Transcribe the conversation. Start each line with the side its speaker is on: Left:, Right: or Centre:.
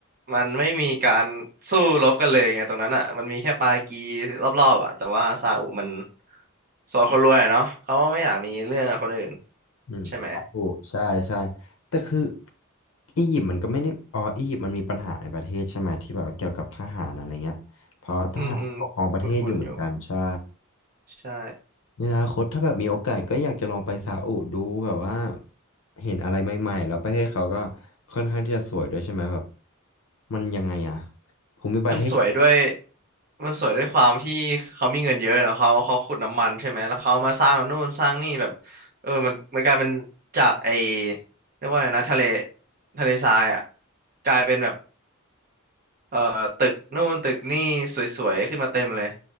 Right: มันไม่มีการสู้รบกันเลยไงตรงนั้นอ่ะมันมีแค่ปากีรอบๆอ่ะแต่ว่าซาอุมันสอนคนรวยอะเนาะเขาก็ไม่อยากมีเรื่องกับคนอื่น
Left: อืมสาอุใช่ใช่
Right: ใช่ไหม
Left: แต่คืออียิปต์มันก็ไม่ได้อ๋ออียิปต์มันมีปัญหาในประเทศใช่ไหมที่แบบเกี่ยวกับทหารอะไรเงี้ยเพราะทหารปกครองประเทศอยู่เหมือนกันใช่
Right: อืมอืมคุ้นๆอยู่ใช่
Left: ในอนาคตถ้าแบบมีโอกาสก็อยากจะลองไปซาอุดูแบบว่าเห็นอะไรใหม่ๆแล้วประเทศเขาก็ค่อนข้างที่จะสวยด้วยใช่ไหมแบบมันยังไงอะภูมิประเทศ
Right: มันสวยด้วยมันสวยด้วยความที่เขามีเงินเยอะเนาะเขาเขาขุดน้ำมันใช่ไหมแล้วเขาเอามาสร้างนู่นสร้างนี่แบบเออมันมันกลายเป็นจากไอเรียกว่าอะไรนะทะเลทะเลทรายอ่ะกลายเป็นแบบเอ่อตึกนู่นตึกนี่สวยๆขึ้นมาเต็มเลย